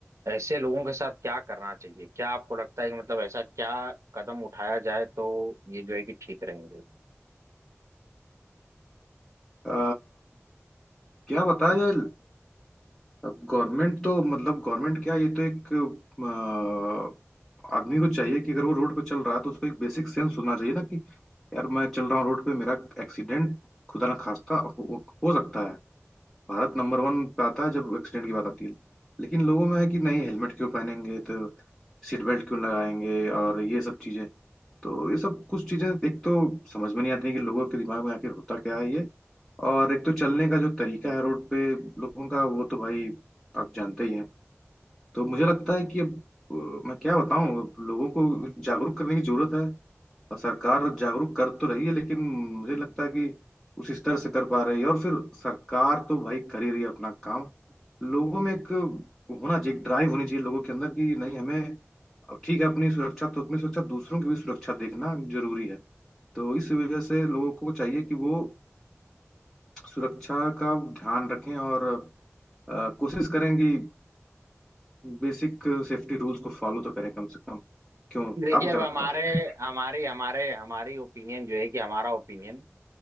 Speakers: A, on the right; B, in the centre.
A: ऐसे लोगों के साथ क्या करना चाहिए क्या आपको लगता है कि मतलब ऐसा क्या कदम उठाया जाए तो ये जो है कि ठीक रहेंगे
B: अ, क्या बताया जाए अब गवर्नमेंट तो मतलब गवर्नमेंट क्या ये तो एक अ, आदमी को चाहिए कि अगर वो रोड पे चल रहा है तो उसको एक बेसिक सेंस होना चाहिए ना कि यार मैं चल रहा हूँ रोड पे मेरा एक्सीडेंट खुदा ना खास्ता हो, हो सकता है भारत नंबर वन पे आता है जब एक्सीडेंट की बात आती है लेकिन लोगों में है कि नहीं हेलमेट क्यों पहनेंगे तो सीट बेल्ट क्यों लगाएंगे और ये सब चीजें तो ये सब कुछ चीजें एक तो समझ में नहीं आती कि लोगों के दिमाग में आखिर होता क्या है ये और एक तो चलने का जो तरीका है रोड पे लोगों का वो तो भाई आप जानते ही हैं तो मुझे लगता है कि अब अ, मैं क्या बताऊं लोगों को जागरूक करने की जरूरत है और सरकार जागरूक कर तो रही है लेकिन मुझे लगता है कि उस स्तर से कर पा रही है और फिर सरकार तो भाई कर ही रही है अपना काम लोगों में एक होना चाहिए एक ड्राइव होनी चाहिए लोगों के अंदर कि नहीं हमें अब ठीक है अपनी सुरक्षा तो अपनी सुरक्षा दूसरों की भी सुरक्षा देखना जरूरी है तो इस वजह से लोगों को चाहिए कि वो सुरक्षा का ध्यान रखें और अ, कोशिश करें कि बेसिक सेफ्टी रूल्स को फॉलो तो करें कम से कम क्यों
A: देखिए
B: आपको
A: अब
B: क्या
A: हमारे
B: लगता है
A: हमारी हमारे हमारी ओपिनियन जो है कि हमारा ओपिनियन